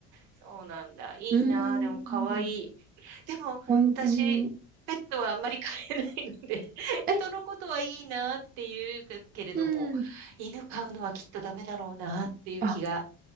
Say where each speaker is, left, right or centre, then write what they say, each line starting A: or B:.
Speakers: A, on the right; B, on the right.
A: そうなんだ。いいなあ、
B: うーん、
A: でも可愛い。でも、
B: 本当に。
A: 私、ペットはあんまり飼えないので、<laughs> 人のことはいいなあっていうけれども、
B: え、うん。
A: 犬飼うのはきっとダメだろうなあっていう気が、
B: あ、